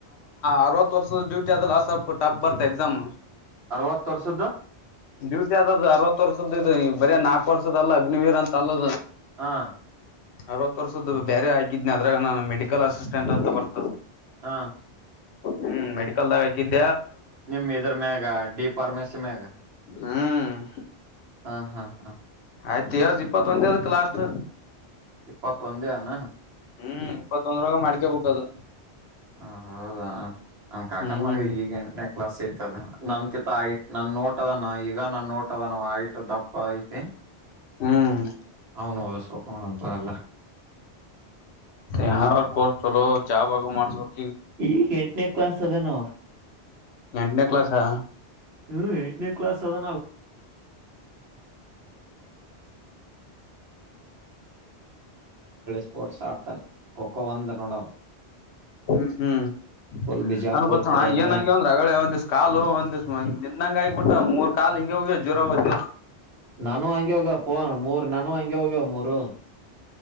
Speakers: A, on the left; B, on the right.
A: ಅರವತ್ತು ವರ್ಷದ ಡ್ಯೂಟಿ ಅದಲ್ಲ ಸ್ವಲ್ಪ ಟಫ್ ಬರ್ತ ಎಕ್ಸಾಮ್
B: ಅರವತ್ ವರ್ಷದ್ದು
A: ಡ್ಯೂಟಿ ಆದದುು ಅರವತ್ತು ವರ್ಷದ ವು ಬರೀ ನಾಲ್ಕ್ ವರ್ಷದ ಅಲ್ಲ ಅಗ್ನಿವೀರ್ ಅಂತ ಅಲ್ಲದು
B: ಹಾ
A: ಅರವತ್ ವರ್ಷದ್ದು ಬೇರೆ ಹಾಕಿದನನೆ ಅದ್ರಾಗ ನಾನು ಮೆಡಿಕಲ್ ಅಸಿಸ್ಟೆಂಟ್ ಅಂತ ಬರ್ತದೆ
B: ಹ
A: ಹ್ಮ್ ಮೆಡಿಕಲ್ದಾಗ ಆಕಿದ್ದು
B: ನಿಮ ಇದ್ರ ಮ್ಯಾಗ ಡಿ ಪಫಾರ್ಮೆಸಿ ಮ್ಯಾಗ
A: ಹ್ಮ್
B: ಹಾ ಹಾ ಹಾ
A: ಆಯ್ತು್ ಇಪ್ಪತ್ತೊಂದದ ಲಾಸ್ಟ್
B: ಇಪ್ಪತ್ತೊಂದೇ ಏನ್
A: ಹ್ಮ್ ಇಪ್ಪತ್ತೊಂದ್ರ ಮಾಡ್ಕ ಬೇಕ್ ಅದು
B: ಹ ಹೌದಾ ನಮ ಕಾಕನ್
A: ಹ್ಮ್
B: ಮಗ ಈಗ ಎಂಟನೇ ಕ್ಲಾಸ್ ತಿ ತದ ನನ್ ಕಿತ್ತ ಆಯ ನಾನ್ ನೋಟ ಅದನ ಈಗ ನಾ ನೋ ಪಟ್ಟತನ ಆ ದ ಪಾಯಿತ
A: ಹ್ಮ್
B: ಹೌನ್ ಓದಿಸಬೇಕ ನೋಡ್ ಅಪ್ಪ ಏಲ್ಲ
A: ಯಾ ಕೋರ್ ಚಲೋ ಜಾಬ ಅದು ಮಾಡಿಸಬೇಕ.
B: ಈಗ ಎ ಕ್ಲಾಸ್ ಸೆವೆನ್
A: ಎಂಟನೇ ಕ್ಲಾಾಸಾ
B: ಎಂಟನೇ ಕ್ಲಾಸ್ ಸ್ಪೋರ್ಟ್ಸ್ ಆಡ್ತಾನೆ ಖೋಖೋ ಒಂದ್ ನೋಡ
A: ಹ್ಮ್ ಹ್ಮ್
B: ಫುಲ್ ಬಿಜಾಪುರ್
A: ನಾನು ಬರ್ಸೋಣ
B: ಕಡೆಯಿಂದ
A: ಏನಾಗಿ್ಯ ಅಂದ್ರೆ ಅಳೆ ಒಂದಿವ್ ಕಾಲು ಒಂದ್ <unintelligible> ಹ ನಿನ್ಂಗ ಆಗಿಬಿಟ್ಟ ಮೂರ್ ಕಾಲ್ ಹಿಂಗ ಹೋಗಿ ಜ್ರ ಹದ
B: ನಾನು ಹಗೆ ಹೋಗ್ಯಪ್ಪ ಮೂರ್ ನಾನು ಹಂಗೆ ಹೋಗ್ಯವ ಮೂರು